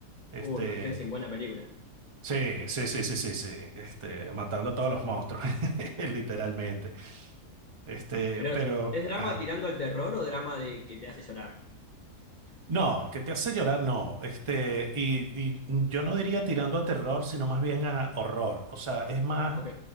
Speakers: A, on the right; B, on the left.
A: Este,
B: Uy, Van Helsing, buena película.
A: sí, sí, sí, sí, sí, sí, este, matando a todos los monstruos, <laughs> literalmente. Este,
B: Pero,
A: pero,
B: ¿es drama
A: ajá.
B: tirando al terror o drama de que te hace llorar?
A: No, que te hace llorar, no. Este, y, y yo no diría tirando a terror, sino más bien a horror. O sea, es más
B: Ok.